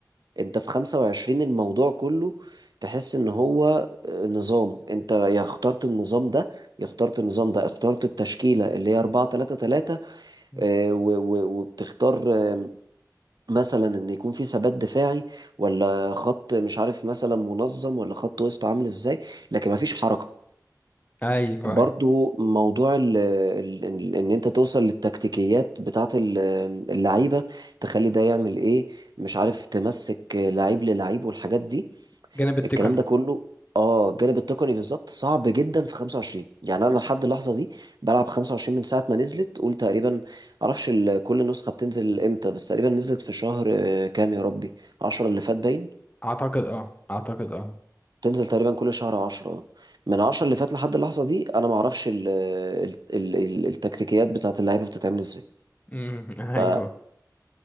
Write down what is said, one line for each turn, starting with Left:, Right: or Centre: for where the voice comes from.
Right: انت في 25 الموضوع كله تحس ان هو آه، نظام انت يا اخترت النظام ده يا اخترت النظام ده اخترت التشكيلة اللي هي 4 3 3
Left: مم.
Right: اه، و- و- وبتختار اه، مثلا ان يكون في ثبات دفاعي ولا خط مش عارف مثلا منظم ولا خط وسط عامل ازاي لكن مفيش حركة
Left: ايوه
Right: برضو
Left: ايوه
Right: موضوع ال ال ال- ان انت توصل للتكتيكيات بتاعت ال- اللعيبة تخلي ده يعمل ايه مش عارف تمسك آه، لعيب للعيب والحاجات دي
Left: الجانب التقني
Right: الكلام ده كله اه الجانب التقني بالظبط صعب جدا في 25 يعني انا لحد اللحظه دي بلعب 25 من ساعه ما نزلت قول تقريبا معرفش ال- كل نسخه بتنزل امتى بس تقريبا نزلت في شهر آه، كام يا ربي 10 اللي فات باين
Left: اعتقد اه اعتقد اه
Right: تنزل تقريبا كل شهر 10 من 10 اللي فات لحد اللحظه دي انا ما اعرفش ال ال ال ال التكتيكيات بتاعت اللعيبه بتتعمل ازاي
Left: امم <laughs> ايوه
Right: ف-